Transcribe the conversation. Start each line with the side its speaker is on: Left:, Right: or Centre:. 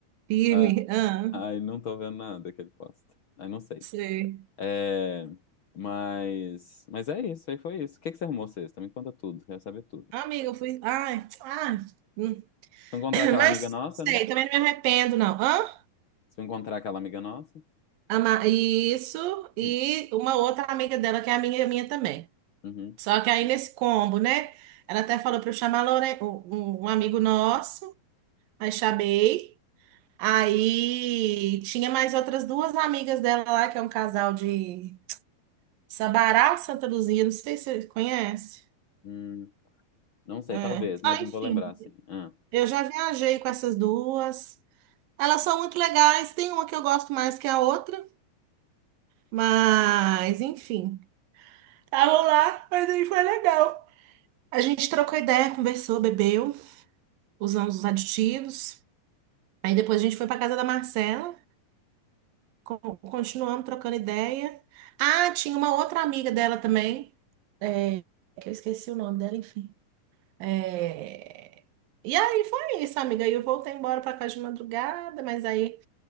Right: firme.
Left: Ah,
Right: Ah,
Left: ai, não tô vendo nada que ele posta. Ai, não sei.
Right: sei.
Left: É, mas, mas é isso, aí foi isso. O que que você arrumou sexta? Me conta tudo, quero saber tudo.
Right: Amiga, eu fui. Ai, ai. hum.
Left: Foi encontrar
Right: <clears throat>
Left: aquela
Right: Mas,
Left: amiga nossa,
Right: sei,
Left: né?
Right: também não me arrependo, não. Hã?
Left: Se eu encontrar aquela amiga nossa.
Right: Ama- Isso. E
Left: Hum,
Right: uma outra amiga dela, que é amiga minha minha também.
Left: uhum,
Right: Só que aí nesse combo, né? Ela até falou pra eu chamar a Lore- um um um amigo nosso. Aí chamei. Aí tinha mais outras duas amigas dela lá, que é um casal de Sabará, Santa Luzia, não sei se você conhece.
Left: hum, não sei,
Right: É.
Left: talvez, mas
Right: Ah,
Left: não
Right: enfim,
Left: vou lembrar assim. Ah,
Right: eu já viajei com essas duas. Elas são muito legais, tem uma que eu gosto mais que a outra, mas enfim. Estavam lá, mas aí foi legal. A gente trocou ideia, conversou, bebeu, usamos os aditivos. Aí depois a gente foi pra casa da Marcela. co- continuamos trocando ideia. Ah, tinha uma outra amiga dela também, é, que eu esqueci o nome dela, enfim. É, e aí foi isso, amiga. Aí eu voltei embora para casa de madrugada, mas aí